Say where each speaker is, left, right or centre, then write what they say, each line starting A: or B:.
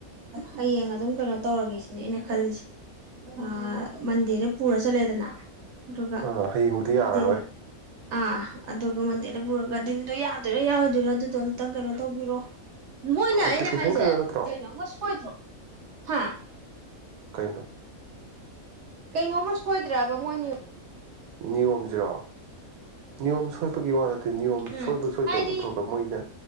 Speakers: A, on the right (about 65°); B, on the right (about 80°).
A: ꯍꯌꯦꯡ ꯑꯗꯨꯝ ꯀꯩꯅꯣ ꯇꯧꯔꯒꯦ ꯁꯤꯅꯦ ꯑꯩꯅ ꯈꯜꯂꯤꯁꯦ ꯑꯥ ꯃꯟꯗꯦꯗ ꯄꯨꯔ ꯆꯠꯂꯦꯗꯅ ꯑꯗꯨꯒ
B: ꯑꯥ ꯍꯌꯦꯡꯕꯨꯗꯤ ꯌꯥꯔꯔꯣꯏ
A: ꯗꯤꯟ ꯑꯥ ꯑꯗꯨꯒ ꯃꯟꯗꯦꯗ ꯄꯨꯔꯒ ꯗꯤꯟꯗꯣ ꯌꯥꯗꯣꯏꯔꯥ ꯌꯥꯔꯣꯏꯗꯣꯏꯔ ꯑꯗꯨꯗꯣ ꯑꯝꯇ ꯀꯩꯅꯣ ꯇꯧꯕꯤꯔꯣ ꯃꯣꯏꯅ
B: ꯑꯦꯄ꯭ꯂꯤꯀꯦꯁꯟ
A: ꯑꯩꯅ ꯁꯦ
B: ꯈꯛꯇ ꯅꯠꯇ꯭ꯔꯣ
A: ꯀꯩꯅꯣ ꯑꯃ ꯁꯣꯏꯗ꯭ꯔꯣ ꯍꯥ ꯑ
B: ꯀꯩꯅꯣ
A: ꯀꯩꯅꯣꯝꯃ ꯁꯣꯏꯗ꯭ꯔꯕ ꯃꯣꯏꯅꯤ
B: ꯅꯤꯌꯣꯝ ꯖꯤꯔꯣ ꯅꯤꯌꯣꯝ ꯁꯣꯏ ꯕꯒꯤ ꯋꯥ ꯅꯤꯌꯣꯝ
A: ꯎꯝ
B: ꯁꯣꯏꯕ ꯁꯣꯏꯗꯕꯗꯣ
A: ꯍꯥꯏꯗꯤ
B: ꯇꯣꯛꯈ꯭ꯔꯣ ꯃꯣꯏꯅ